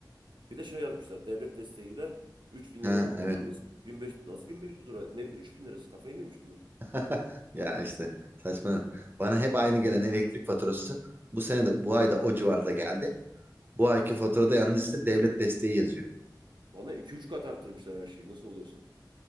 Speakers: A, on the right; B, on the right.
A: Bir de şey yazmışlar. Devlet desteğiyle üç bin lira
B: Ha
A: olan faturanız
B: evet.
A: 1500, nasıl 1500 lira? Ne bileyim 3000 lirası. Kafayı mı yemiş bunlar?
B: <laughs> Ya işte saçma. Bana hep aynı gelen elektrik faturası bu sene de bu ayda o civarda geldi. Bu ayki faturada yalnız işte devlet desteği yazıyor.
A: Bana 2-3 kat arttırmışlar her şeyi. Nasıl oluyorsa.